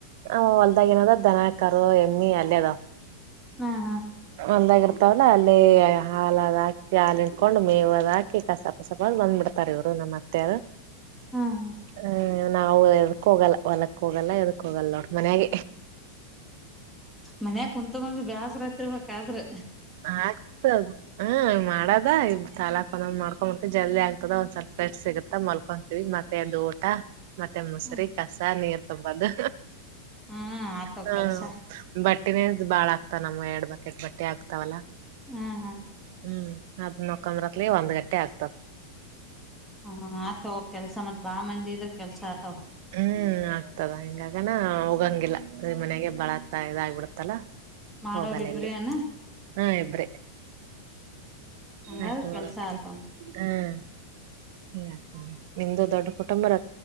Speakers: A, on the right; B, in the centre.
A: ಅವ ಹೊಲ್ದಾಗ ಏನದ ದನಕಾರರು ಎಮ್ಮಿ ಅಲ್ಲೇ ಅದಾವ್
B: ಹ್ಮ ಹಾ
A: ಒಂದಾಗಿ ಇರ್ತಾವಲ್ಲ ಅಲ್ಲಿ ಹಾಲದು ಹಾಕಿ ಹಾಲ ಹಿಟ್ಕೊಂಡು ಮೇವು ಅದು ಹಾಕಿ ಕಸ ಕಸಪ ಅದು ಬಂದ್ಬಿಡ್ತೆ ತರರು ಮತ್ತೆ
B: ಹಾ ಹಾ
A: ಹ್ಮ್ ನಾವು ಎದಕ್ ಹೋಗಲ್ಲ ಹೊಲಕ್ಕ ಹೋಗಲ್ಲ ಎದಕ್ ಹೋಗಲ್ಲ ನೋಡ್ ಮನ್ಯಾಗ
B: ಮನ್ಯ ಕುತ್ಗೊಂಡ ಬೇಾಸ್ರ ಹತಿರ್ಬೇಕಾದ್ರೆ
A: ಆಯ್ತದು ಹ ಮಾಡದ ಇ ಸಾಲಾ ೊಂದ್ ಮಾಡ್ಕೊಂಡ್ಂಬಡ್ತತಿವಿ ಜಲ್ದಿ ಆಗ್ತದ ಒಂದ್ ಸ್ಲ್ ಫ್ರೆಸಿಗುತ್ತತ ಮಲ್ಕೊಂತೀವಿ ಮತ್ತೆದದು ಊಟ ಮತ್ತೆ ಮುಸ್ರ
B: ಹ್ಮ್
A: ಕಸ ನೀರ್ ತುಂಬದು
B: ಹಾ ಆತವ
A: ಹ
B: ಕೆಲ್ಸ
A: ಬಟ್ಟಿನೇ ಬಾಳ ಆಕ್ತ ನಮ್ ಎರಡ್ ಬಕೆಟ್ ಬಟ್ಟೆ ಆಕ್ತ ಹಾವಲ್ಲ
B: ಹ್ಮ್ ಹ್ಮ್
A: ಹ್ಮ್ ಅದ ನಕಂಬ್ರತ್ಲಿ ಒಂದ್ ಗಂಟೆ ಆಗ್ತದ
B: ಹ ಆತವ ಕೆಲ್ಸ ಮತ್ ಬಾ ಮಂದಿ ಇದ್ರ ಕೆಲ್ಸ ಆತವ
A: ಹ್ಮ್ ಹ್ಮ ಆಗ್ತದ ಹಿಂಗಾಗನ ಹೋಗಂಗಿಲ್ಲ ಮನೆಗೆ ಬಳತ್ತ ಇದಾಗಬಿಡತ್ತಲ್ಲ
B: ಮಾಡೋರ್
A: ಹೋಗಲ್ಲ
B: ಇಬ್ರೇ
A: ಎಲ್ಲಿ
B: ಏನ
A: ಹಾ ಇಬ್ರಿ
B: ಹಂಗಾದ್ರ
A: ಹಾಗ
B: ಕೆಲ್ಸ ಆತವ
A: ಹ್ಮ್ ಹ ನಿಮಂದು ದೊಡ್ಡ ಕುಟುಂಬ ರ